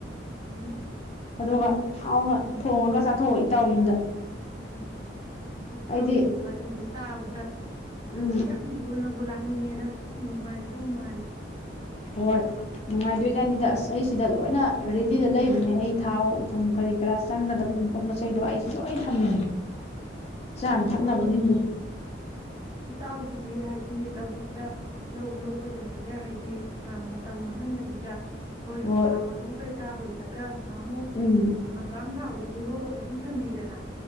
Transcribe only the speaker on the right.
ꯃꯥꯅꯦ
ꯑꯁ
ꯎꯝ
ꯎꯝ ꯏꯇꯥꯎꯒꯤ
ꯋꯥꯔꯤꯁꯦ ꯇꯥꯕꯗ ꯍꯥꯏꯗꯤ
ꯌꯥꯝ ꯊꯨꯅꯕꯨ ꯂꯥꯛꯅꯤꯡꯉꯦꯗ ꯌꯥꯝ ꯅꯨꯡꯉꯥꯏ ꯀꯦꯗꯧ ꯃꯥꯟꯂꯤ
ꯎꯝ
ꯎꯝ ꯑꯗꯣ
ꯏꯇꯥꯎꯒꯤꯗꯤ ꯍꯥꯏꯗꯤ ꯂꯧꯕꯨꯛ ꯇ ꯂꯧ ꯂꯣꯛꯄ ꯂꯣꯏꯔꯒ ꯍꯥꯏꯗꯤ ꯃꯇꯝ ꯃꯥꯡꯍꯟꯗꯕꯤꯗ ꯑꯩꯈꯣꯏ
ꯍꯪꯒꯥꯝ ꯃꯔꯨ ꯀꯩꯀꯥ ꯍꯨꯜꯂꯒ ꯀꯥꯡ ꯍꯥꯃꯨ
ꯍꯪꯒꯥꯝ ꯊꯥꯎꯒ ꯁꯨ ꯂꯣꯛꯑꯒ ꯑꯗꯨꯝ ꯊꯝꯕꯤꯗꯅ